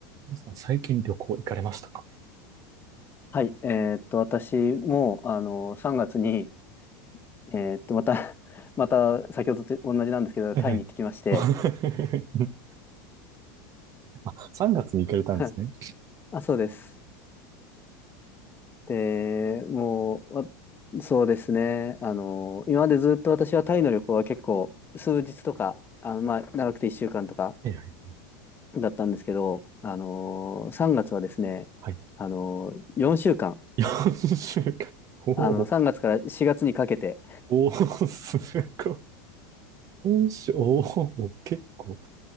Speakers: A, on the right; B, on the left.
A: 皆さん最近旅行行かれましたか
B: はい、えーっと、私も、あの、3月に、えーっと、また、<laughs> また、先ほどと同じなんですけど、
A: はいはい。
B: タイに行ってきまして、
A: <laughs> あ、3月に行かれたんですね。
B: <laughs> あ、そうです。で、もう、わそうですね、あの、今までずっと私はタイの旅行は結構、数日とか、あの、まあ、長くて1週間とか
A: はいはい。
B: だったんですけど、あの、3月はですね、
A: はい。
B: あの、4週間、
A: <laughs> 4週間。おー
B: あの、3月から4月にかけて、
A: おー、すごい。4週、おお、結構、